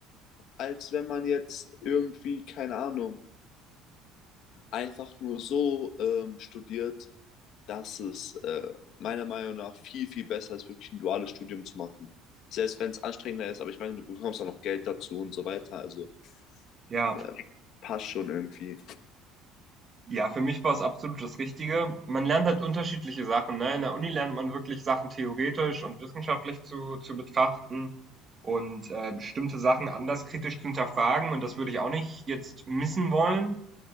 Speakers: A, on the left; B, on the right.
A: als wenn man jetzt irgendwie, keine Ahnung, einfach nur so ähm, studiert, dass es äh, meiner Meinung nach viel, viel besser ist, wirklich ein duales Studium zu machen. Selbst wenn es anstrengender ist, aber ich meine, du bekommst auch noch Geld dazu und so weiter. Also
B: Ja,
A: äh, passt schon irgendwie.
B: ja, für mich war es absolut das Richtige. Man lernt halt unterschiedliche Sachen. Ne? In der Uni lernt man wirklich Sachen theoretisch und wissenschaftlich zu, zu betrachten und äh, bestimmte Sachen anders kritisch zu hinterfragen. Und das würde ich auch nicht jetzt missen wollen.